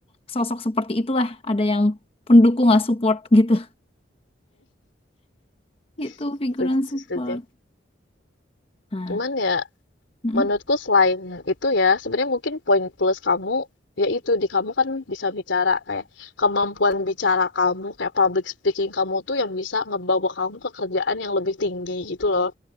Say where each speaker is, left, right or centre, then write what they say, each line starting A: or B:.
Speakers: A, on the left; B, on the left.
A: sosok seperti itulah. Ada yang pendukung lah support gitu. itu
B: <laughs>
A: figuran
B: setuju
A: support.
B: setuju
A: Nah,
B: cuman ya
A: mm-mm,
B: Menurutku selain itu ya, sebenarnya mungkin poin plus kamu, yaitu di kamu kan bisa bicara kayak kemampuan bicara kamu, kayak public speaking kamu tuh yang bisa ngebawa kamu ke kerjaan yang lebih tinggi gitu loh.